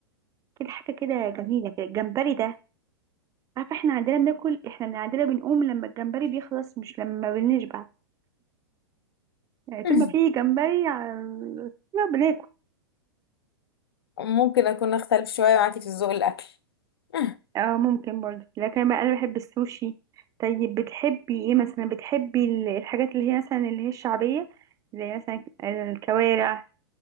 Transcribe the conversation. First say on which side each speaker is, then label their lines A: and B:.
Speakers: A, on the right; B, on the left.
A: كده حاجه كده جميله كده الجمبري ده عارفه احنا عندنا بناكل احنا من عندنا بنقوم لما الجمبري بيخلص مش لما بنشبع يعني طول
B: <laughs>
A: ما في جمبري ع- لا بناكل
B: ممكن اكون اختلف شويه معاكي في الذوق الاكل <laughs>
A: اه ممكن برضه لكن بقى انا بحب السوشي طيب بتحبي ايه مثلا بتحبي ال- الحاجات اللي هي مثلا اللي هي الشعبيه زي مثلا الكوارع